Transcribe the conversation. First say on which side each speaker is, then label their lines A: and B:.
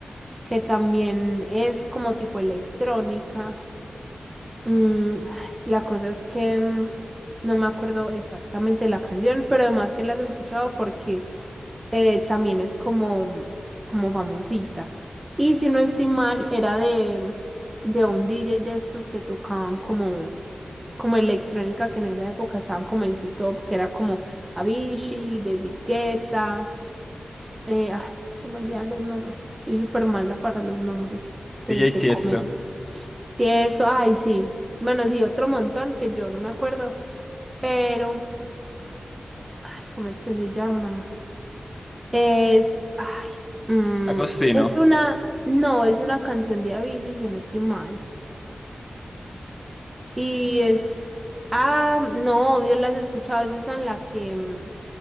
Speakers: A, on the right; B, on the left.
A: que también es como tipo electrónica. Mm, ay, la cosa es que mm, no me acuerdo exactamente la canción, pero además que las he escuchado porque eh, también es como, como famosita. Y si no estoy mal, era de, de un DJ de estos que tocaban como, como electrónica, que en esa época estaban como en su top, que era como Avicii, David Guetta. eh, ay, se me olvidan los nombres. Soy súper mala para los nombres. Te,
B: D J
A: te
B: Tiesto,
A: comento. Sí, eso, ay, sí. Bueno, sí, otro montón que yo no me acuerdo, pero, ay, ¿cómo es que se llama? Es, ay, mm,
B: Agostino,
A: es una, no, es una canción de Avicii, si no estoy mal. Y es, ah, no, obvio, la has escuchado, es esa en la que mm,